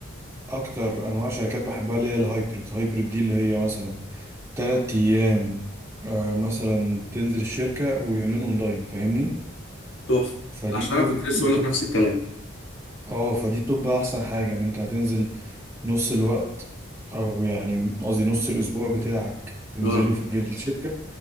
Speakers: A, on the right; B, on the left.
A: اكتر انواع شركات بحبها اللي هي الهايبريد هايبريد دي اللي هي مثلا تلات ايام أه مثلا تنزل الشركة ويومين اونلاين فاهمني
B: تحفه
A: فدي
B: عشان
A: بتب
B: انا كنت لسه
A: بتب-
B: اقول لك نفس الكلام
A: اه فدي بتبقى احسن حاجة ان انت هتنزل نص الوقت او يعني قصدي نص الاسبوع بتاعك تنزله
B: اه
A: في الشركة